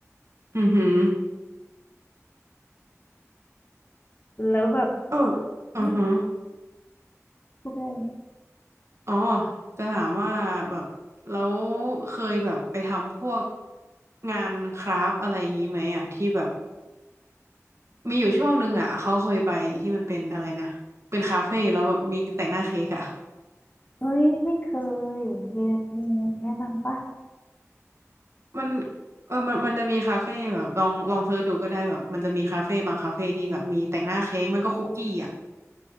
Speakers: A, on the right; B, on the left.
A: อือหือ
B: แล้วแบบ
A: เอออือฮะ
B: หึพูดไปเลย
A: อ๋อจะถามว่าแบบแล้วเคยแบบไปทำพวกงานคราฟต์อะไรอย่างนี้ไหมอ่ะที่แบบมีอยู่ช่วงหนึ่งอ่ะเขาเคยไปที่มันเป็นอะไรนะเป็นคาเฟ่แล้วแบบมีแต่งหน้าเค้กอ่ะ
B: เอ้ยไม่เคยมีมีแนะนำปะ
A: มันเออมันมันจะมีคาเฟ่แบบลองลองเสิร์ชดูก็ได้แบบมันจะมีคาเฟ่บางคาเฟ่ที่แบบมีแต่งหน้าเค้กมันก็คุกกี้อ่ะ